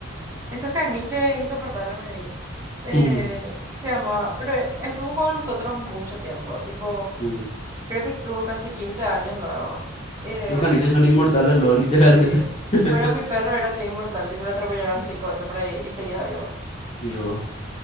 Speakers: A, on the right (about 15°); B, on the left (about 30°).
A: esos caniches insoportables por ahí, eh,
B: Ujú,
A: que se llama, pero estuvo con nosotros mucho tiempo, tipo,
B: ujú.
A: creo que tuvo casi 15 años luego, eh,
B: Los caniches son inmortales, los, literalmente.
A: sí,
B: <laughs>
A: pero mi perro era así inmortal, tipo, le atropellaron cinco veces por ahí y seguía vivo.
B: Dios.